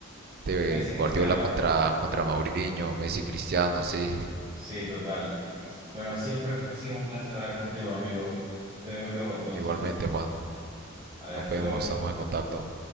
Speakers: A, on the right; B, on the right.
A: de
B: Messi, Cristiano.
A: Guardiola contra contra Mourinho, Messi, Cristiano, sí.
B: Sí, total. Bueno, siempre ha sido un placer hablar contigo, amigo. Te veo luego entonces.
A: Igualmente, Juan.
B: Hasta
A: Nos vemos,
B: luego.
A: estamos en contacto.